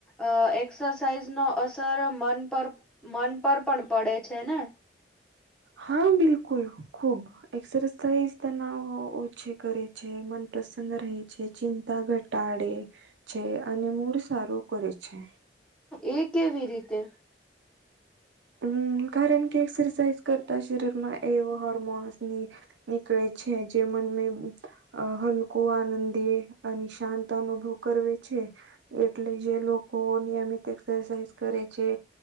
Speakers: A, in the centre; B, on the right (about 80°).
A: અ એક્સરસાઇઝ નો અસર મન પર મન પર પણ પડે છે ને.
B: હા બિલકુલ ખુબ. એક્સરસાઇઝ તના ઓછી કરે છે મન પ્રસન્ંદ રહે છે. ચિંતા ઘટાડે છે અને મૂળ સારો કરે છે.
A: એ કેવી રીતે.
B: હમ કારણ કે એક્સરસાઇઝ કરતા શરીર માં એવ હર્મોન. ની નીકળે છે જે મન મે. અ હલકો આનંદી અને શાંત અનુભવ કરવે છે. એટલે જે લોકો નિયમિત એક્સરસાઇઝ કરે છે